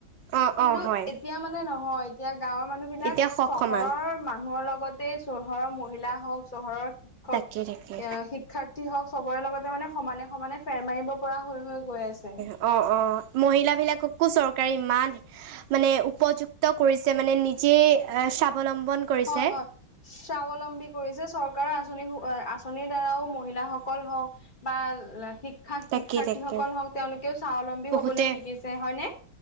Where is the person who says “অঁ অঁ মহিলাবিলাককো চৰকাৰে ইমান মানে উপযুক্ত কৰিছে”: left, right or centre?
Right